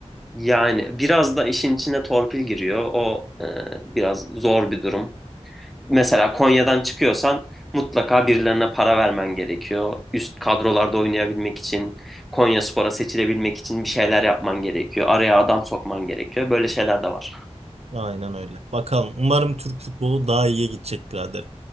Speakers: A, in the centre; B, on the right.
A: Yani biraz da işin içine torpil giriyor. O e, biraz zor bir durum. Mesela Konya'dan çıkıyorsan mutlaka birilerine para vermen gerekiyor. Üst kadrolarda oynayabilmek için, Konyaspor'a seçilebilmek için bir şeyler yapman gerekiyor. Araya adam sokman gerekiyor. Böyle şeyler de var.
B: Aynen öyle. Bakalım. Umarım Türk futbolu daha iyiye gidecek birader.